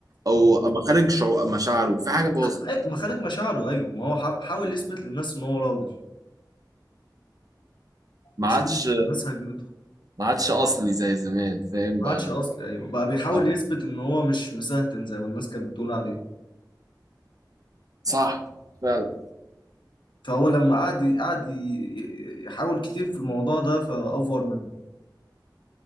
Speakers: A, on the right; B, on the left.
A: او مخارج شعو... مشاعره في حاجه باظت
B: أي- مخارج مشاعره ايوه ما هو حا- حاول يثبت للناس ان هو راجل
A: ما
B: عشان
A: عادش
B: الناس هجمته
A: ما عادش اصلي زي زمان فاهم
B: ما
A: بقى
B: عادش اصلي ايوه بقى بيحاول
A: بقى-
B: يثبت ان هو مش مسهتن زي ما الناس كانت بتقول عليه
A: صح فعلا
B: فهو لما قعد قعد ي- ي- يحاول كتير في الموضوع ده فافور منه